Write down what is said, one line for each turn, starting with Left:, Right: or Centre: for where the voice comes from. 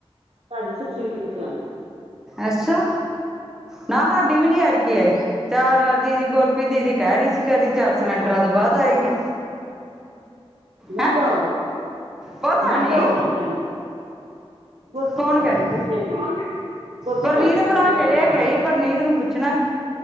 Right: ਸਾਡੀ ਸਬਸਿਡੀ ਕਿੱਥੇ ਆਉਂਦੀ।
Centre: ਅੱਛਾ, ਨਾ ਹਾਡੀ ਵੀ ਨੀ ਐਤਕੀ ਆਈ। ਚਾਰ ਦੀਦੀ, ਗੁਰਪਰੀਤ ਦੀਦੀ ਕਹਿ ਰਹੀ ਸੀ ਕਦੀ
Right: ਮਹਿੰਗਾ
Centre: ਚਾਰ ਸਿਲੰਡਰਾਂ ਤੋਂ, ਬਾਅਦ ਆਏਗੀ!
Right: ਹੋ ਗਿਆ ਮਹਿੰਗਾ
Centre: ਹੈਂ
Right: ਹੋ ਗਿਆ,
Centre: ਪਤਾ
Right: ਮਹਿੰਗਾ
Centre: ਨੀ
Right: ਹੋ ਗਿਆ, ਸਿਲੰਡਰ ਗੁਰਪਰੀਤ
Centre: ਕੌਣ
Right: ਦੱਸਣ
Centre: ਕਹਿ ਰਹੀ
Right: ਦੀ ਅੱਜ ਮਹਿੰ, ਗੁਰਪਰੀਤ
Centre: ਪਰਨੀਤ
Right: ਤਾਂ ਮਹਿੰਗਾ
Centre: ਪੜ੍ਹਾ ਕੇ ਲਿਆ
Right: ਹੋਗਾ
Centre: ਕੇ ਆਈਏ ਪਰਨੀਤ ਨੂੰ, ਪੁੱਛਣਾ ਸੀ।